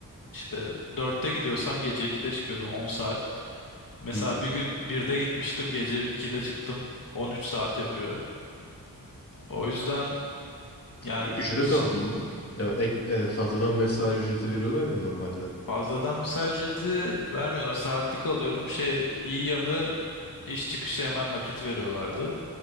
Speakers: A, on the left; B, on the left.
A: işte dörtte gidiyorsam gece 2'de çıkıyordum 10 saat. Mesela
B: Hı.
A: bir gün birde gitmiştim gece 2'de çıktım 13 saat yapıyor. O yüzden yani
B: Ek ücret
A: ş-
B: aldın mı? Ya ek, e, fazladan mesai ücreti veriyorlar ya normalde.
A: fazladan mesai ücreti vermiyorlar. Saatlik alıyorum. Şey iyi yanı iş çıkışı hemen nakit veriyorlardı.